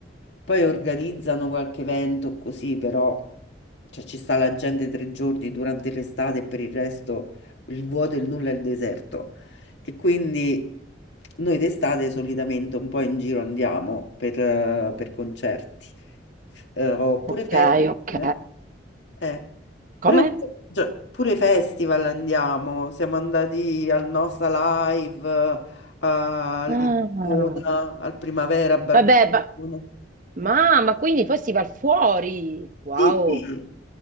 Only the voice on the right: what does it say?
Ok,
ok.
Come?
Ah.
Vabbè, ma... ma ma quindi poi si va fuori. Wow,